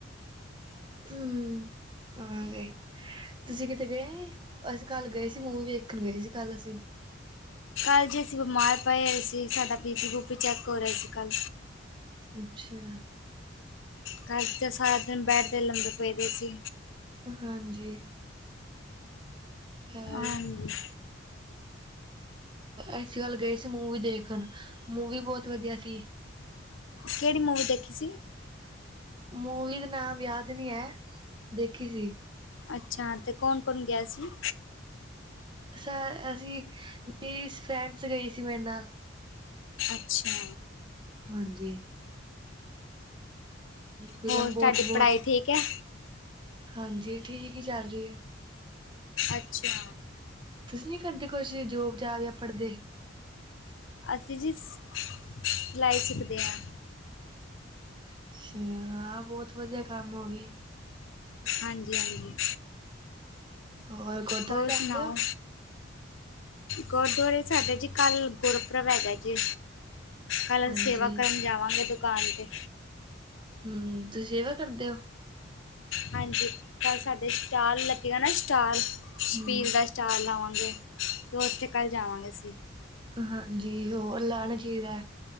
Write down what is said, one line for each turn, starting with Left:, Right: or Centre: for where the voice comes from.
Right: ਹੂੰ, ਆਵਾਂਗੇ। ਤੁਸੀਂ ਕਿਤੇ ਗਏ? ਅਸੀਂ ਕੱਲ ਗਏ ਸੀ ਮੂੰਵੀ ਵੇਖਣ ਗਏ ਸੀ ਕੱਲ ਅਸੀਂ।
Left: ਕੱਲ੍ਹ ਜੇ ਅਸੀਂ ਬਿਮਾਰ ਪਏ ਹੋਏ ਸੀ, ਸਾਡਾ ਬੀਪੀ- ਬੂਪੀ ਚੈੱਕ ਹੋਰਿਆ ਸੀ ਕੱਲ।
Right: ਅੱਛਾ।
Left: ਕਾਲ ਤੇ ਸਾਰਾ ਦਿਨ ਬੈਡ ਤੇ ਲੰਬੇ ਪਏ ਰੇ ਸੀ।
Right: ਹਾਂਜੀ। ਹੋਰ
Left: ਆਂਜੀ।
Right: ਅਸੀ ਕਲ ਗਏ ਸੀ ਮੂਵੀ ਦੇਖਣ, ਮੂਵੀ ਬੋਤ ਵਧੀਆ ਸੀ।
Left: ਕੇੜੀ ਮੁੂਵੀ ਦੇਖੀ ਸੀ?
Right: ਮੂਵੀ ਦਾ ਨਾਮ ਯਾਦ ਨੀ ਐ, ਦੇਖੀ ਸੀ।
Left: ਅੱਛਾ, ਤੇ ਕੋਣ-ਕੋਣ ਗਿਆ ਸੀ?
Right: ਸ, ਅਸੀਂ, ਮੇਰੀ ਫਰੈਂਡਸ ਗਈ ਸੀ ਮੇਰੇ ਨਾਲ।
Left: ਅੱਛਾ।
Right: ਹਾਂਜੀ। ਫਿਲਮ
Left: ਹੋਰ, ਤੁਆਡੀ
Right: ਬਹੁਤ ਬਹੁਤ
Left: ਪੜ੍ਹਾਈ ਠੀਕ ਐ?
Right: ਹਾਂਜੀ, ਠੀਕ ਈ ਚੱਲਰੀ ਏ।
Left: ਅੱਛਾ।
Right: ਤੁਸੀਂ ਨੀ ਕਰਦੇ ਕੁਛ, ਜੋਬ-ਜਾਬ ਯਾ ਪੜ੍ਹਦੇ?
Left: ਅਸੀਂ ਜੀ, ਸ ਸਲਾਈ ਸਿਖਦੇ ਆ।
Right: ਅੱਛਾ, ਆਹ ਬਹੁਤ ਵਧੀਆ ਕੰਮ ਓਵੀ।
Left: ਹਾਂਜੀ ਹਾਂਜੀ
Right: ਹੋਰ ਗੁਰਦੁਆਰੇ
Left: ਹੋਰ
Right: ਜਾਂਦੇ
Left: ਸੁਣਾਓ
Right: ਔ
Left: ਗੁਰਦੁਆਰੇ ਸਾਡੇ ਜੀ ਕਲ ਗੁਰਪੁਰਬ ਹੈਗੇ ਜੀ। ਕੱਲ੍ ਹੁਨ
Right: ਹਾਂਜੀ
Left: ਸੇਵਾ ਕਰਨ ਜਾਵਾਂਗੇ ਦੁਕਾਨ 'ਤੇ
Right: ਹੰ ਤੁਸੀਂ ਸੇਵਾ ਕਰਦੇ ੳ
Left: ਹਾਂਜੀ ਕਲ ਸਾਡੇ ਸਟਾਲ ਲੱਗੇਗਾ ਨਾ ਸਟਾਲ ਸ਼ਬੀਲ
Right: ਹੂੰ
Left: ਦਾ ਸਟਾਲ ਲਾਵਾਂਗੇ ਤੇ ਉੱਥੇ ਕਲ ਜਾਵਾਂਗੇ ਅਸੀ
Right: ਹਾਂਜੀ ਹੋਰ ਲੈਨਾ ਚਈਦਾ